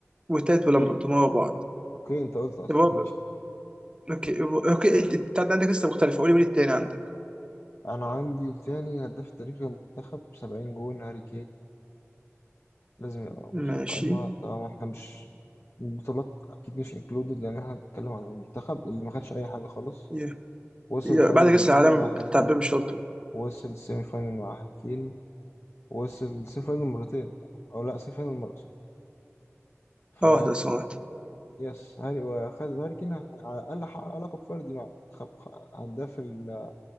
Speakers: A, on the right; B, on the left.
A: والتالت
B: أوكي
A: ولامبرد هم ورا بعض
B: أوكي أنت قلت أصلا
A: الرابع
B: ماشي
A: اوكي اوكي انت أنت عندك لسه مختلفه قولي قولي التاني عندك
B: انا عندي تاني هداف تاريخي المنتخب 70 جون هاري كين لازم يبقى موجود في
A: ماشي
B: القائمة طبعا احنا مش البطولات اكيد مش انكلودد لان احنا بنتكلم عن المنتخب اللي ما خدش اي حاجة خالص
A: يا-
B: وصل
A: يا-
B: الفاينل
A: بعد كاس
B: اليورو
A: العالم
B: مع
A: بتاع
B: هاري كين
A: بيب شولت
B: وصل السيمي فاينل مع هاري كين وصل السيمي فاينل مرتين او لا سيمي فاينل مرة سوري. ف
A: اه ده سمعت
B: يس هاري وخد هاري كين على الاقل حقق لقب فردي مع المنتخب خ- هداف ال-